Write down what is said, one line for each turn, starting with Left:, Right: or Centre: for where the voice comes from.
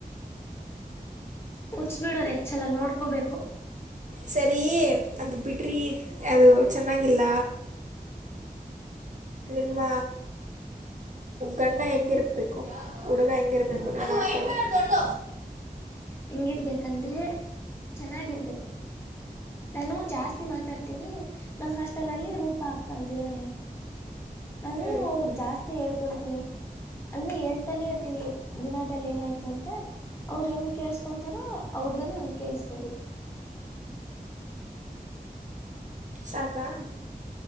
Left: ಕುಚ್ಬಿಡೋದು ಹೆಚ್ಚಲ್ಲ ನೋಡ್ಕೋಬೇಕು
Right: ಸರಿ ಅದು ಬಿಡ್ರಿ ಅದು ಚೆನ್ನಾಗಿಲ್ಲ ನಿಮ್ಮ ಗಂಡ ಹೆಂಗಿರ್ಬೇಕು ಉಡುಗ ಹೆಂಗರ ಬೇ ಕೊಡ್ಡ್
Left: ಹಿಂಗಿರ್ಬೇಕಂದ್ರೆ ಚೆನ್ನಾಗಿರ್ಬೇಕು ನಾನು ಜಾಸ್ತಿ ಮಾತಾಡ್ತೀನಿ ನಮ ಹಾಸ್ಟೆಲ್ ಅಲ್ಲಿ ರೂಪಾ ಅಕ್ಕ ಅಂತಿದ್ದಾರೆ ನಾನು
Right: ಹ್ಞೂ
Left: ಅವ್ರಗ್ ಜಾಸ್ತಿ ಹೇಳ್ಕೊಂತೀನಿ ಅಂದ್ರೆ ಹೇಳ್ತಾನೆ ಇರ್ತೀನಿ ದಿನದಲ್ಲಿ ಏನಾಯ್ತು ಅಂತ ಮತ್ತ ಅವ್ರು ಹೆಂಗೆ ಕೇಳಿಸಕೊತಾರೋ ಹಡ್ಗನು ಹಂಗೆ ಕೇಳಿಸ್ಕೋಬೇಕು
Right: ಸಾಗಾ